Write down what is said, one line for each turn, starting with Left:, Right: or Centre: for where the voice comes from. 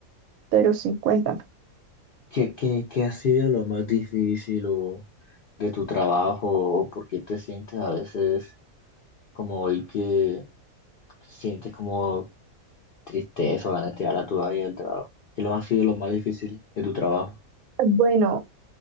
Right: pero sí, cuéntame.
Left: qué, qué, qué ha sido lo más difícil o de tu trabajo o por qué te sientes a veces como hoy que sientes como Triste eso, ganas de tirar a tu vida del trabajo. ¿Qué lo ha sido lo más difícil de tu trabajo?
Right: Bueno,